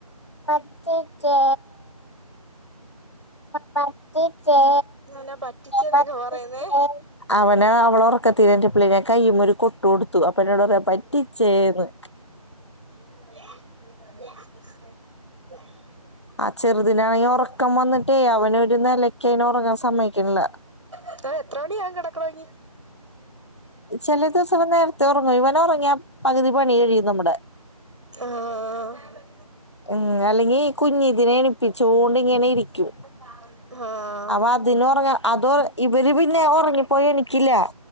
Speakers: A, on the left; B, on the right.
A: പറ്റിചേ പറ്റിചേ
B: എന്നാ പറ്റിച്ചേന്നൊക്കെ
A: പറ്റിച്ചേ
B: പറയുന്നേ
A: അവനെ അവളൊർക്കത്തീന്നെണീറ്റപ്പളെ ഞാൻ കയ്യ്മ്മ ഒരു കൊട്ട് കൊടു ത്തു അപ്പ ന്നോട്റിയാ പറ്റിച്ചേന്ന്
B: <inaudible>
A: ആ ചെറ്തിനാണെങ്കി ഒറക്കം വന്ന്ട്ടേ അവന് ഒര് നെലക്ക്യ അയ്നെ ഒറങ്ങാൻ സമ്മയ്ക്കിണില്ല
B: അത് എത്ര മണിയാകും കെടക്കണോങ്കി
A: ചെല ദിവസം നേരത്തെ ഒർങ്ങും ഇവനൊർങ്ങിയാ പകുതി പണി കഴിയും നമ്മടെ
B: ആഹ്
A: ഉം അല്ലെങ്കി കുഞ്ഞിതിനെ എണിപ്പിച്ചോണ്ട് ഇങ്ങനെ ഇരിക്യും
B: <inaudible> ആഹ്
A: അവ അതിനൊർങ്ങ അത് ഇവര് പിന്നെ ഒറങ്ങിപ്പോയെ എണിക്കില്ലാ